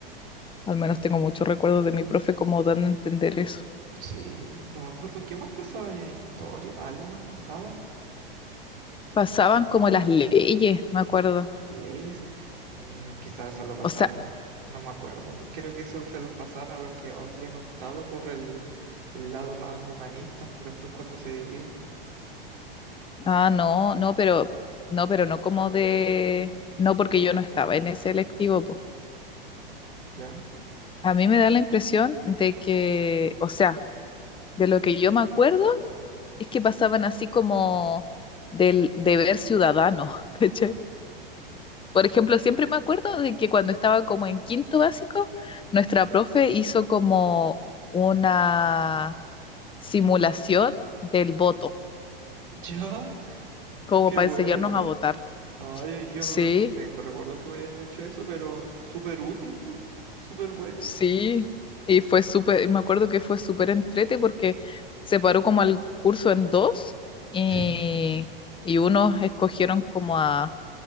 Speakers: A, on the left (about 15°); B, on the right (about 65°).
A: Al menos tengo muchos recuerdos de mi profe como dando a entender eso.
B: sí, no me acuerdo qué más pasaban en historia, algo más pasaban,
A: Pasaban como las leyes, me acuerdo.
B: leyes, mm, quizás se lo pasaban,
A: O sea,
B: no me acuerdo a mí. Creo que eso se los pasaron a los que habían optado por el, el lado más humanista después cuando se dividen.
A: ah, no, no, pero no, pero no como de, no porque yo no estaba en ese electivo, po.
B: ¿Ya?
A: A mí me da la impresión de que, o sea, de lo que yo me acuerdo es que pasaban así como del deber ciudadano, <laughs> ¿cachai? Por ejemplo, siempre me acuerdo de que cuando estaba como en quinto básico, nuestra profe hizo como una simulación del voto,
B: <laughs> Ya,
A: como
B: qué
A: para
B: buena.
A: enseñarnos a votar.
B: Ay, yo
A: Sí,
B: no recu- tengo recuerdos que me hayan hecho eso, pero súper útil, po. Súper buena
A: sí.
B: esa.
A: Y fue súper, me acuerdo que fue súper entrete porque separó como el curso en dos y,
B: Ya,
A: y unos escogieron como a